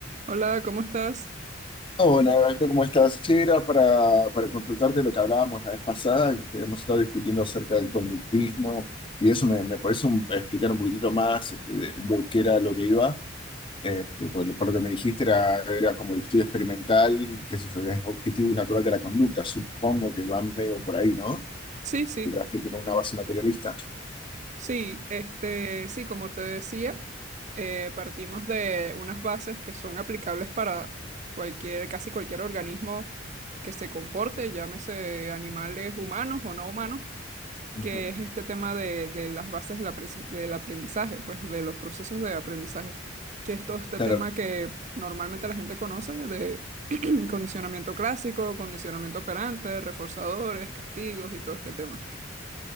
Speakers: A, on the right (about 40°); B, on the left (about 25°).
A: Hola, ¿cómo estás?
B: Hola, Gaito, ¿cómo estás? Sí, era para, para consultarte lo que hablábamos la vez pasada, que hemos estado discutiendo acerca del conductismo y eso me, me puedes un- explicar un poquitito más este, de, de qué era lo que iba. Eh, por, por lo que me dijiste era, era como el estudio experimental, que es objetivo y natural de la conducta, supongo que va medio por ahí, ¿no?
A: Sí, sí,
B: Dirás que tiene una base materialista.
A: sí, este, sí, como te decía, eh, partimos de unas bases que son aplicables para cualquier, casi cualquier organismo que se comporte, llámese animales humanos o no humanos,
B: Ujú.
A: que es este tema de, de las bases del, apre- del aprendizaje, pues de los procesos de aprendizaje, que es todo este
B: Claro,
A: tema que normalmente la gente conoce de <clears throat> condicionamiento clásico, condicionamiento operante, reforzadores, castigos y todo este tema.